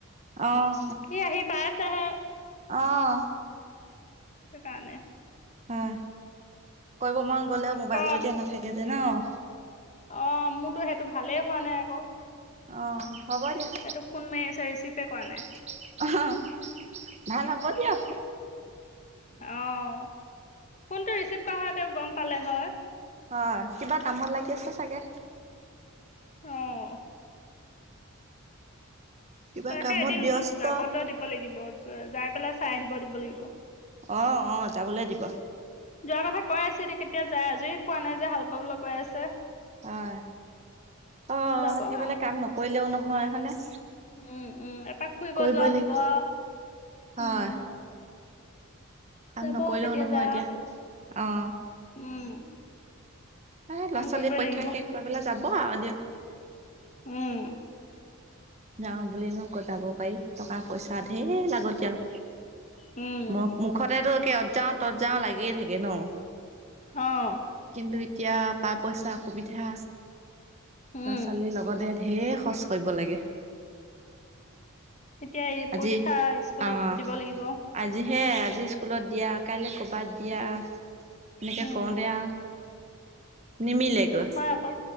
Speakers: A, on the right (about 30°); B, on the left (about 35°).
A: অ',
B: সি আহি পাইছেহে।
A: অহ।
B: সেইকাৰণে।
A: হয়, কৰিব মন গলেও মোবাইলটো
B: ক'
A: এতিয়া নাথাকে যে নহ?
B: অ', মোৰতো সেইটো ভালেই হোৱা নাই আকৌ।
A: অহ। হ'ব দিয়া,
B: সেইটো ফোন মাৰি আছে ৰিচিভে কৰা নাই,
A: <unintelligible> অহ, ভাল হ'ব দিয়ক।
B: অ'। ফোনটো ৰিচিভ কৰা হয় তেওঁ গম পালে, হয়।
A: হয় কিবা কামত লাগি আছে চাগে।
B: অহ'।
A: কিবা
B: তাকে
A: কামত
B: এদিন
A: ব্যস্ত
B: যাবলৈ দিব লাগিব, যাই পেলাই চাই আহিব দিব লাগিব।
A: অ', অ, যাবলৈ দিব।
B: যোৱাৰ কথা কৈ আছে, এতিয়া কেতিয়া যায়। আজৰি পোৱা নাই যে হাল বাবলৈ গৈ আছে।
A: হয়, অ'
B: যাব
A: সেইফালে
B: আৰু।
A: কাম নকৰিলেও নহয় হয়নে?
B: উম উম, এপাক ফুৰিব
A: কৰিবই
B: যোৱাও
A: লাগিব
B: হ'ব আও।
A: হয়।
B: উম!
A: কাম
B: যাব
A: নকৰিলেও
B: কেতিয়া
A: নহয়
B: যায়
A: এতিয়া,
B: আৰু।
A: অহ'।
B: উম,
A: এ
B: কাম
A: ল'ৰা-ছোৱালীৰ
B: কৰিবই
A: পৰীক্ষা
B: লাগিব
A: শেষ কৰি পেলাই যাব আৰু দিয়া।
B: উম।
A: যাওঁ বুলিনো ক'ত যাব পাৰি, টকা পইচা ঢেৰ লাগতিয়াল
B: উম,
A: মখ মুখতেতো অ'ত যাওঁ ত'ত যাওঁ লাগিয়েই থাকে ন।
B: অহ'।
A: কিন্তু এতিয়া পাই পইচা সুবিধা,
B: উম।
A: ল'ৰা ছোৱালীৰ লগতে ঢেৰ খৰচ কৰিব লাগে।
B: এতিয়া এই
A: আজি,
B: পৰীক্ষা স্কুলত
A: অ'।
B: দিব লাগিব
A: আজিহে আজি স্কুলত দিয়া কাইলে ক'বাত দিয়া, এনেকৈ
B: উম,
A: কৰোতেই আও। নিমিলে গৈ।
B: হয় আকৌ।